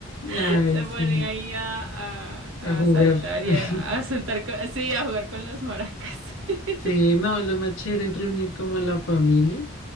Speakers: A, on the right; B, on the left.
A: <laughs>
B: Ay,
A: se
B: sí.
A: ponía ahí a, a,
B: A jugar.
A: a saltar
B: <laughs>
A: y a, a saltar, co- sí, a jugar con las maracas?
B: Sí,
A: <laughs>
B: no, lo más chévere es reunir como a la familia.